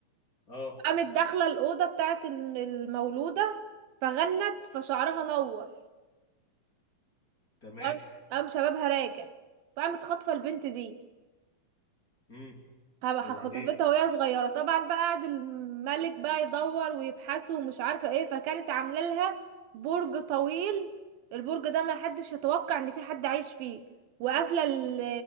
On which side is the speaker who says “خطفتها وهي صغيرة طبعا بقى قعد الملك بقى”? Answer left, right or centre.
Right